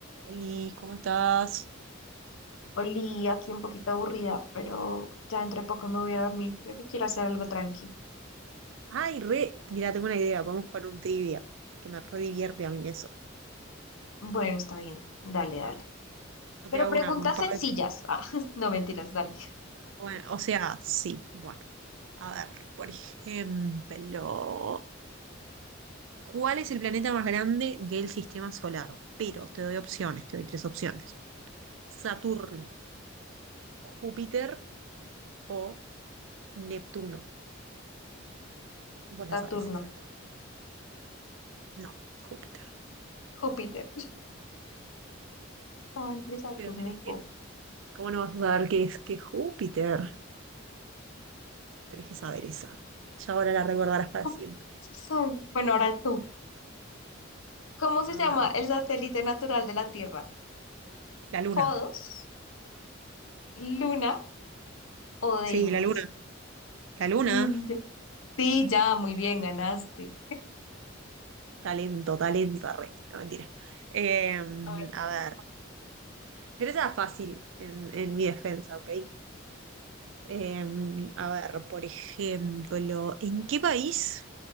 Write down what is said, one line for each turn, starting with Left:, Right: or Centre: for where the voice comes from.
Right: Oli, ¿cómo estás?
Left: Oli, aquí un poquito aburrida, pero ya entre poco me voy a dormir. Creo que quiero hacer algo tranqui.
Right: Ay, re, mira, tengo una idea, podemos jugar un trivia, que me re divierte a mí eso.
Left: Bueno, está bien. Dale, dale.
Right: Yo
Left: Pero
Right: te hago
Left: preguntas
Right: una, Un par
Left: sencillas.
Right: de preguntas.
Left: Ah, <laughs> no mentiras, dale.
Right: bueno, o sea, sí, bueno, a ver, por ejemplo, ¿cuál es el planeta más grande del sistema solar? Pero te doy opciones, te doy tres opciones. Saturno, Júpiter o Neptuno. Vos la
Left: Saturno,
Right: sabés esa. No, Júpiter.
Left: Júpiter. Estaba entre Saturno
Right: Pero tenés
Left: y
Right: que,
Left: Júpiter.
Right: ¿cómo no vas a saber qué es que es Júpiter? Tenés que saber esa. Ya ahora la recordarás para
Left: ¿Cómo
Right: siempre.
Left: se sabe? Bueno, ahora tú. ¿Cómo se
Right: A
Left: llama
Right: ver,
Left: el satélite natural de la Tierra?
Right: la luna.
Left: ¿Podos, Luna o Deimos?
Right: Sí, la luna. La luna.
Left: Ninja. Sí, ya, muy bien, ganaste.
Right: Talento, talento. arre. No, mentira. Eh,
Left: A ver.
Right: a ver. Pero esa es fácil en, en mi defensa, ¿ok? Eh, a ver, por ejemplo, ¿en qué país?